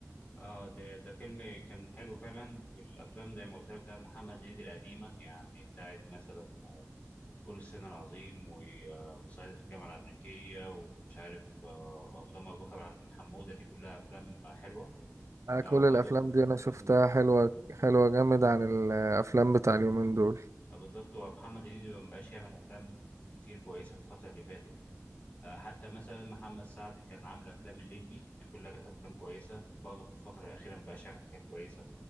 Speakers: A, on the left (about 35°); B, on the right (about 65°).
A: اه ده ده فيلم كان حلو فعلا والافلام زي ما قلت لك بتاعت محمد هنيدي القديمه يعني بتاعت مثلا آه، فول الصين العظيم و- آه، وصعيدي في الجامعه الامريكيه ومش عارف آه، وابو مبروك على بن حموده دي كلها افلام حلوه
B: انا
A: آه،
B: كل
A: وبرضه
B: الافلام دي انا شفتها
A: مم،
B: حلوه حلوه جامد عن الافلام بتاع اليومين دول
A: آه، بالظبط ومحمد هنيدي ما بقاش يعمل افلام كتير كويسه في الفتره اللي فاتت آه، حتى مثلا محمد سعد كان عامل افلام الليمبي دي كلها كانت افلام كويسه برضه في الفتره الاخيره ما بقاش يعمل حاجات كويسه